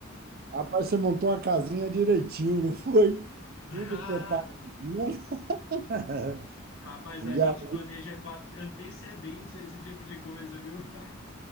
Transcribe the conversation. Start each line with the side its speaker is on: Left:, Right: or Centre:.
Right: Rapaz, você montou uma casinha direitinho, não foi?
Left: <laughs> Ah,
Right: Tudo preparadinho. <laughs>
Left: Rapaz, a
Right: Já
Left: gente planeja com a- antecedência esse tipo de coisa, viu? <laughs>